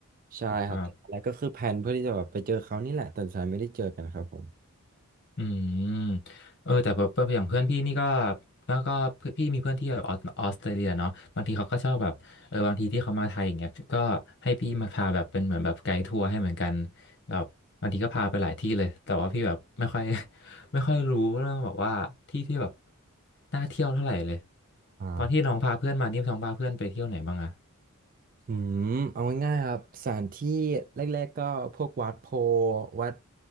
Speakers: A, on the right; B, on the left.
A: ใช่ครับแล้วก็คือแผนเพื่อที่จะแบบไปเจอเขานี่แหละแต่สุดท้ายไม่ได้เจอกันครับผม
B: ครับ อืมเออแต่แบบอย่างเพื่อนพี่นี่ก็แล้วก็เพื่อนพี่มีเพื่อนที่แบบออสออสเตรเลียเนาะบางทีเขาก็ชอบแบบเออบางทีที่เขามาไทยอย่างเงี้ยก็ให้พี่มาพาแบบเป็นเหมือนแบบไกด์ทัวร์ให้เหมือนกันแบบบางทีก็พาไปหลายที่เลยแต่ว่าพี่แบบไม่ค่อย <laughs> ไม่ค่อยรู้เรื่องแบบว่าที่ที่แบบน่าเที่ยวเท่าไหร่เลย
A: อ่า
B: ตอนที่น้องพาเพื่อนมานี่น้องพาเพื่อนไปเที่ยวไหนบ้างอะ
A: อืมเอาง่ายๆครับสถานที่แรกๆก็พวกวัดโพธิ์วัด